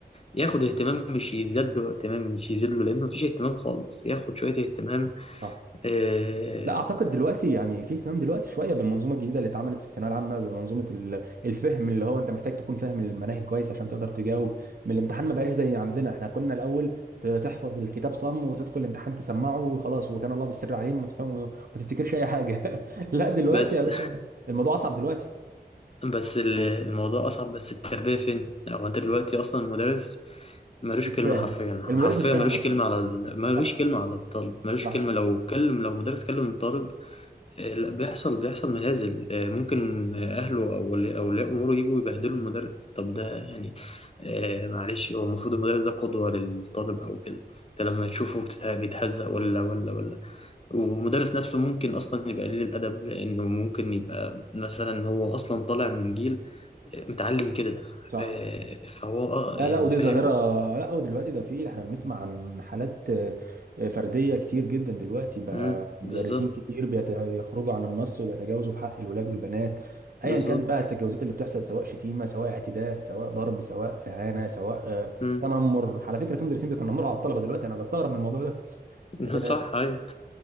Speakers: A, on the left; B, on the right.
A: ياخد اهتمام مش يزداد له اهتمام مش يزيد له لأن مفيش اهتمام خالص ياخد شوية اهتمام
B: صح
A: آه،
B: لا اعتقد دلوقتي يعني في اهتمام دلوقتي شويه بالمنظومه الجديده اللي اتعملت في الثانويه العامه بمنظومه ال- الفهم اللي هو انت محتاج تكون فاهم المناهج كويس عشان تقدر تجاوب من الامتحان ما بقاش زي عندنا احنا كنا الاول ت- تحفظ الكتاب صم وتدخل الامتحان تسمعه وخلاص وكان الله بالسر عليهم وتفهم وما تفتكرش اي حاجه <laughs> لا دلوقتي
A: بس
B: يا باشا الموضوع اصعب دلوقتي
A: <laughs> بس ال- الموضوع أصعب بس التربية فين؟ هو أنت دلوقتي أصلا المدرس ملوش
B: مش
A: كلمة
B: فاهم
A: حرفيا
B: المدرس
A: حرفيا
B: مش فاهم
A: ملوش
B: اصلا
A: كلمة على ال... ملوش
B: صح
A: كلمة على الطالب ملوش
B: صح
A: كلمة لو كلم لو مدرس كلم الطالب آه، لا بيحصل بيحصل مهازل آه، ممكن آه، أهله أو ولي أولياء أموره يجوا يبهدلوا المدرس طب ده يعني آه، معلش هو المفروض المدرس ده قدوة للطالب أو كده أنت لما تشوفه بتت- بيتهزق ولا ولا ولا والمدرس نفسه ممكن أصلا يبقى قليل الأدب لأنه ممكن يبقى مثلا هو أصلا طالع من جيل آه، متعلم كده
B: صح
A: آه، فهو أه
B: لا
A: يعني
B: لا ودي
A: فاهم
B: ظاهرة لا ودلوقتي ده في احنا بنسمع عن حالات آه، آه، فردية كتير جدا دلوقتي بقى
A: مم،
B: مدرسين
A: بالظبط
B: كتير بيت- بيخرجوا عن النص وبيتجاوزوا في حق الولاد والبنات
A: بالظبط
B: ايا كان بقى التجاوزات اللي بتحصل سواء شتيمة سواء اعتداء سواء ضرب سواء اهانة سواء آه،
A: مم.
B: تنمر على فكرة في مدرسين بيتنمروا على الطلبة دلوقتي انا بستغرب من الموضوع ده آه،
A: <laughs> صح أيوه